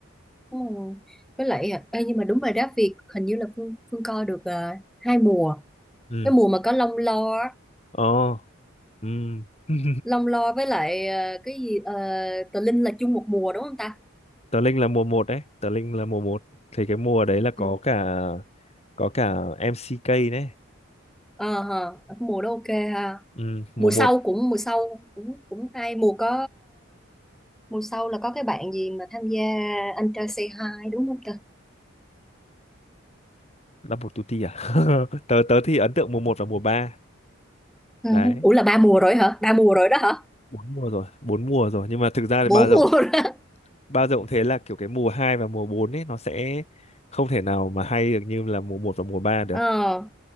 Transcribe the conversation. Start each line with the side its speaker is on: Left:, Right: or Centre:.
Centre: đúng rồi với lại à, ê, nhưng mà đúng rồi đó Việt hình như là Phương Phương coi được ờ, hai mùa
Left: ừ
Centre: cái mùa mà có Long Lo á,
Left: ờ ừ <laughs>
Centre: Long Lo với lại ờ, cái gì ờ, Tờ Linh là chung một mùa đúng không ta
Left: tờ Linh là mùa một đấy tờ Linh là mùa một thì cái mùa đấy là có
Centre: Ừ.
Left: cả có cả MCK đấy
Centre: ờ hờ, mùa đó ok ha
Left: ừ, mùa
Centre: mùa
Left: 1
Centre: sau cũng mùa sau cũng cũng hay mùa có Mùa sau là có cái bạn gì mà tham gia Anh trai Say Hi đúng không ta?
Left: Double Tutti à <laughs> tớ tớ thì ấn tượng mùa một và mùa ba
Centre: Ờ,
Left: đấy
Centre: Ủa là ba mùa rồi hả? Ba mùa rồi đó hả?
Left: bốn mùa rồi bốn mùa rồi nhưng mà thực ra thì
Centre: Bốn
Left: ba rộng
Centre: mùa rồi. <laughs>
Left: ba rộng thế là kiểu cái mùa 2 và mùa 4 ấy nó sẽ không thể nào mà hay được như là mùa một và mùa ba được
Centre: Ờ,